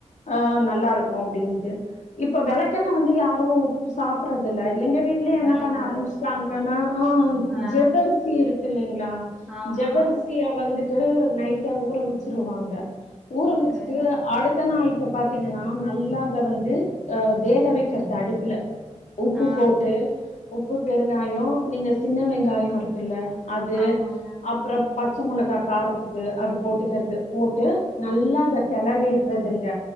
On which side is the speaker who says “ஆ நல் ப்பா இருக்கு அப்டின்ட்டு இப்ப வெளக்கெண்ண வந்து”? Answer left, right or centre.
Left